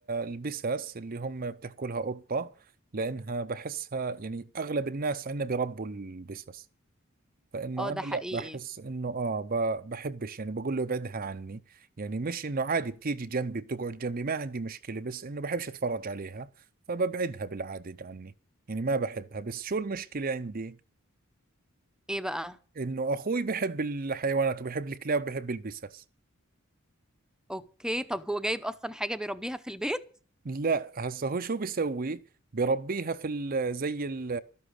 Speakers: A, on the right (about 45°); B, in the centre.
A: البسس اللي هم بتحكوا لها قطة لأنها بحسها يعني أغلب الناس عندنا بيربوا البسس فانه
B: اه ده
A: انا
B: حقيقي
A: لا بحس انه اه ب- بحبش يعني بقول له ابعدها عني يعني مش انه عادي بتيجي جنبي بتقعد جنبي ما عندي مشكلة بس انه بحبش اتفرج عليها فببعدها بالعادة عني يعني ما بحبها بس شو المشكلة عندي
B: ايه بقى
A: انه اخوي بحب الحيوانات وبحب الكلاب وبحب البسس
B: اوكي طب هو جايب اصلا حاجة بيربيها في البيت
A: لا هسه هو شو بيسوي بربيها في ال زي ال